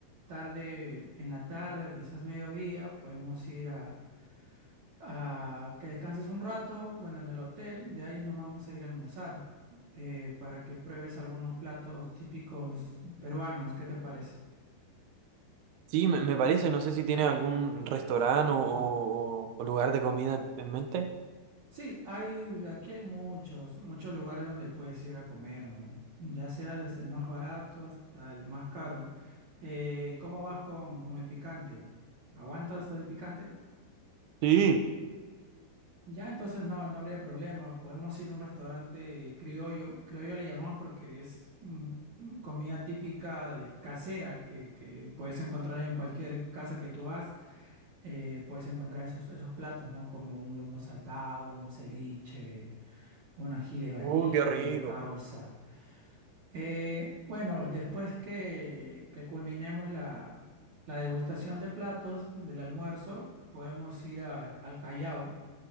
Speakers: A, on the right; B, on the right.
A: tarde en la tarde o quizás mediodía, podemos ir a, a que descanses un rato, bueno, en el hotel, de ahí nos vamos a ir a almorzar eh, para que pruebes algunos platos típicos peruanos, ¿qué te parece?
B: Sí, me, me parece, no sé si tiene algún restaurante o, o- o lugar de comida en mente.
A: Sí, hay, aquí hay muchos, muchos lugares donde puedes ir a comer, ¿no? Ya sea desde el más barato hasta el más caro. Eh, ¿cómo vas con, con el picante? ¿Aguantas el picante?
B: Sí.
A: Ya, entonces no, no habría problema. Podemos ir a un restaurante criollo. Criollo le llamamos porque es mm, mm, comida típica de casera que, que puedes encontrar en cualquier casa que tú vas. Eh, puedes encontrar esos, esos platos, ¿no? Como un lomo saltado, un ceviche un ají de gallina,
B: Uh, qué rico.
A: una causa. Eh, bueno, después que, que culminemos la, la degustación de platos del almuerzo, podemos ir a- al Callao